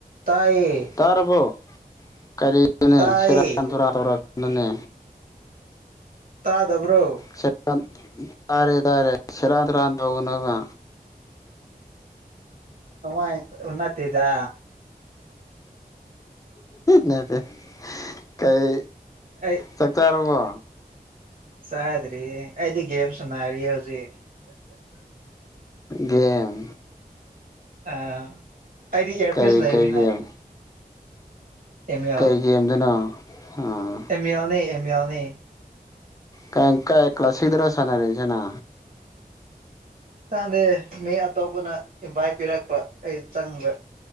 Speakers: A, on the right (about 60°); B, on the left (about 20°).
A: ꯇꯥꯏꯌꯦ
B: ꯇꯥꯔꯕꯣ ꯀꯔꯤꯗꯨ <inaudible> ꯅꯦ
A: ꯇꯥꯏꯌꯦ
B: ꯁꯦꯔꯥꯟ ꯇꯨꯔꯥꯟ ꯇꯧꯔ <unintelligible> ꯅꯨꯅꯦ
A: ꯇꯥꯗꯕ꯭ꯔꯣ
B: <unintelligible> ꯇꯥꯔꯦ ꯇꯥꯔꯦ ꯁꯦꯔꯥꯟ ꯇꯨꯔꯥꯟ ꯇꯧꯒꯅꯨꯕ
A: ꯊꯃ <unintelligible> ꯎ ꯅꯠꯇꯦꯗ
B: ꯅꯠꯇꯦ ꯀꯩ
A: ꯑꯩ
B: ꯆꯥꯛ ꯆꯥꯔꯕꯣ
A: ꯆꯥꯗ꯭ꯔꯤ ꯑꯩꯗꯤ ꯒꯦꯝ ꯁꯅꯔꯤꯌꯦ ꯍꯧꯖꯤꯛ
B: ꯒꯦꯝ
A: ꯑꯧ ꯑꯩꯗꯤ ꯏꯌꯥꯔꯄꯤꯁ
B: ꯀꯔꯤ
A: ꯂꯩꯕꯅꯤꯅ
B: ꯀꯩ ꯒꯦꯝ
A: ꯑꯦꯃꯤꯌꯥ
B: ꯀꯩ ꯒꯦꯝꯗꯅꯣ ꯑꯥ
A: ꯑꯦꯃꯤꯌꯥꯜꯅꯦ ꯑꯦꯃꯤꯌꯥꯜꯅꯦ
B: ꯀꯥꯏ ꯀꯥꯏ ꯀ꯭ꯂꯥꯁꯤꯗꯔ ꯁꯅꯔꯤꯖꯤꯅ
A: ꯆꯥꯟꯗꯦ <unintelligible> ꯃꯤ ꯑꯇꯣꯞꯄꯅ ꯏꯝꯚꯥꯏꯠ ꯄꯤꯔꯛꯄ ꯑꯩ ꯆꯪꯕ